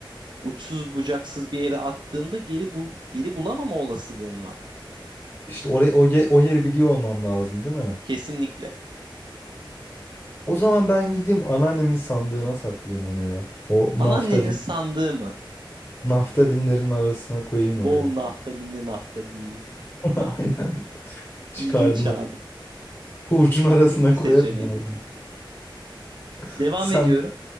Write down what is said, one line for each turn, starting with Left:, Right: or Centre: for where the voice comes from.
Right: Uçsuz bucaksız bir yere attığında geri bul geri bulamama olasılığın var.
Left: İşte oraya, o, ye- o yeri biliyor olmam lazım değil mi?
Right: Kesinlikle.
Left: O zaman ben gideyim anneannemin sandığına saklayayım onu ya. O
Right: Anneannenin
Left: naftalin,
Right: sandığı mı?
Left: naftalinlerin arasına koyayım oraya.
Right: Bol naftalinli naftalinli.
Left: <laughs> Aynen. Çıkardığında
Right: İlginç abi.
Left: hurcun arasına
Right: İlginç bir seçenek.
Left: koyarım yani. <laughs>
Right: Devam
Left: Sen
Right: ediyorum.